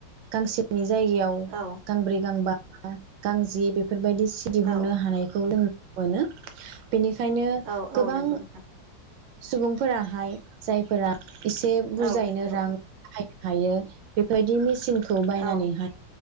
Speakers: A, on the right; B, on the right.
A: गांसेनि जायगायाव
B: औ
A: गांब्रै गांबा गांजि बे बेफोरबायदि सि दिहुननो
B: औ
A: हानायखौ जों मोनो बेनिखायनो
B: औ
A: गोबां
B: औ नंगौ नोंथां
A: सुबुंफोराहाय जायफोरा एसे बुरजायैनो
B: औ नंगौ
A: रां हायो हायो बेबायदि मेसिन खौ बायनानैहाय
B: औ